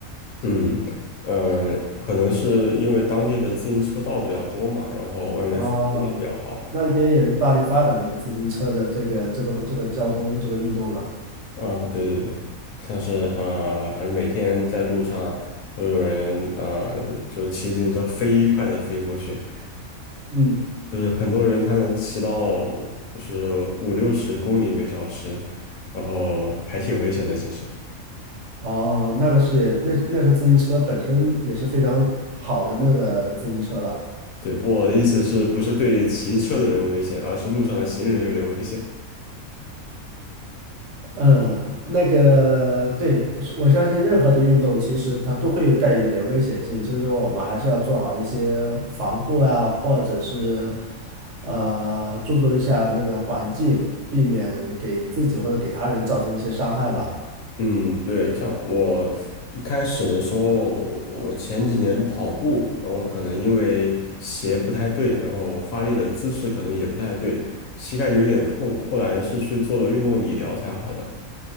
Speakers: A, on the left; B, on the right.
A: 嗯嗯呃可能是因为当地的自行车道比较多嘛，然后外面风景也比较好。
B: 哦，那里边也是大力发展这个自行车的这个这种这个交通这个运动了。
A: 嗯，对对对，像是呃，反正每天在路上都有人呃，就骑自行车飞快的飞过去，
B: 嗯，
A: 就是很多人他能骑到就是五六十公里每小时，然后还挺危险的。其实，
B: 哦，那个是也那那个自行车本身也是非常好的那个自行车了。
A: 对，我的意思是不是对骑车的人危险，而是路上的行人有点危险。
B: 嗯，那个对，我是我相信任何的运动，其实它都会有带有一点危险性，所以说我们还是要做好一些防护啊，或者是呃注重一下那个环境，避免给自己或者给他人造成一些伤害吧。
A: 嗯，对，像我一开始的时候，我前几年跑步，然后可能因为鞋不太对，然后发力的姿势可能也不太对，膝盖有一点痛，后来是去做了运动理疗才好的。